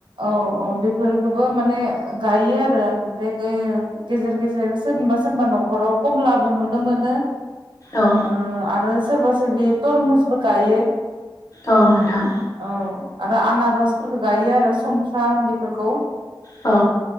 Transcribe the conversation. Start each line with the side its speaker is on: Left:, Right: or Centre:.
Right: औ औ दे बेफोरखौबो माने गायो आरो ओमफ्राय गेजेर गेजेर सोरनिबा सोरनिबा न'खराव खमलाबो नुनो मोनो
Left: औ
Right: ओ आरो सोरबा बेयो थरमुसबो गायो
Left: ओ नोंथां
Right: औ आरो आनाररस फोरखौ गायो आरो सम <unintelligible> बेफोरखौ
Left: औ